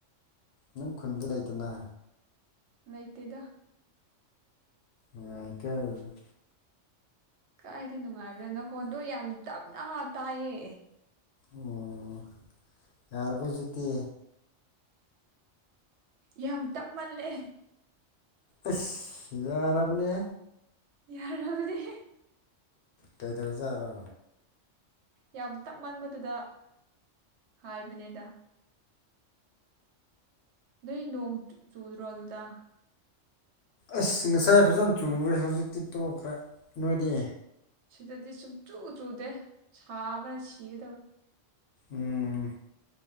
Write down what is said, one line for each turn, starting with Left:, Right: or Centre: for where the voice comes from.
Left: ꯅꯪ ꯈꯨꯟꯗꯤ ꯂꯩꯗꯅ
Right: ꯂꯩꯇꯦꯗ
Left: ꯃ ꯀꯌꯥ
Right: ꯀꯥꯏꯗ ꯅꯨꯡꯉꯥꯏꯕꯗꯣ ꯅꯈꯣꯟꯗꯣ ꯌꯥꯝ ꯇꯞꯅ ꯇꯥꯏꯌꯦ
Left: ꯑꯣ ꯌꯥꯔꯕꯨꯖꯤꯛꯇꯤ
Right: ꯌꯥꯝ ꯇꯞꯃꯜꯂꯦ
Left: ꯑꯁ ꯌꯥꯔꯕꯅꯦ
Right: ꯌꯥꯔ ꯑꯗꯨꯗꯤ
Left: ꯀꯩꯗꯖꯔꯣ
Right: ꯌꯥꯝ ꯇꯞ ꯃꯟꯕꯗꯨꯗ ꯍꯥꯏꯕꯅꯦꯗ ꯅꯣꯏ ꯅꯣꯡ ꯆꯨꯗ꯭ꯔꯣ ꯑꯗꯨꯗ
Left: ꯑꯁ ꯉꯁꯥꯏ ꯐꯖꯅ ꯆꯨꯔꯦ ꯍꯧꯖꯤꯛꯇꯤ ꯇꯣꯛꯈ꯭ꯔꯦ ꯅꯣꯏꯗꯤ
Right: ꯁꯤꯗꯗꯤ ꯁꯨꯝ ꯆꯨ ꯆꯨꯗꯦ ꯁꯥꯕꯅ ꯁꯤꯒꯗꯕ
Left: ꯎꯝ